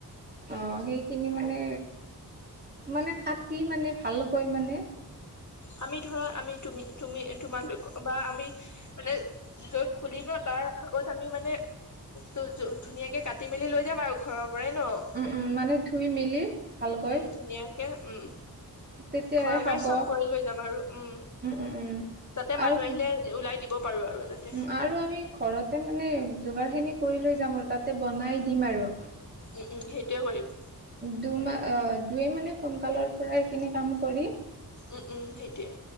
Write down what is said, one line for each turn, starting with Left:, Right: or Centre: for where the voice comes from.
Right: অ' সেইখিনি মানে, মানে কাটি মানে ভালকৈ মানে
Left: আমি ধৰা আমি তুমি তুমি তোমালোক বা আমি মানে য'ত খুলিব তাৰ আগত আমি মানে ত' ধুনীয়াকে কাটি মেলি লৈ যাম আৰু ঘৰৰ পৰাই ন'?
Right: উ, উ, মানে ধুই মেলি ভালকৈ
Left: উম, ধুনীয়াকে উম,
Right: তেতিয়াহে
Left: ঘৰৰপৰাই
Right: খাব।
Left: চব কৰি লৈ যাম আৰু উম।
Right: উম, উম।
Left: তাতে
Right: আৰু
Left: মানুহ
Right: ঘ-
Left: আহিলে ওলাই দিব পাৰোঁ আৰু যাতে।
Right: উম, আৰু আমি ঘৰতে মানে যোগাৰখিনি কৰি লৈ যাম আৰু তাতে বনাই দিম আৰু।
Left: উ, উ, সেইটোৱে কৰিম।
Right: দুমাহ দুয়ে মানে সোনকালৰপৰা এইখিনি কাম কৰি
Left: উ, উ, সেইটোৱে।